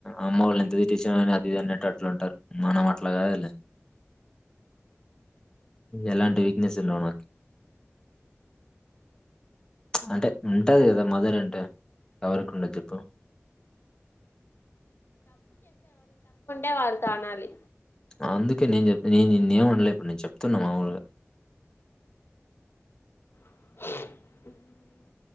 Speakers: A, on the left; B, on the left.
A: అమ్మ వాళ్ళు ఎంత తచ్చిన కాని అతిది అనేటట్లు ఉంటారు మనం అట్లాగాదు ఎలాంటి వీక్నెస్ ఉండవుకి అంటే ఉంటది కదా మదర్ అంటే ఎవరి ఉండకిప్ప
B: ఎ వాళ్ళు తానాలి
A: అందుకే నేను చెప్ నేనున్న ఏండలే ఇప్పుడు నేనుప్తున్నా మా ఊర్
B: <inaudible>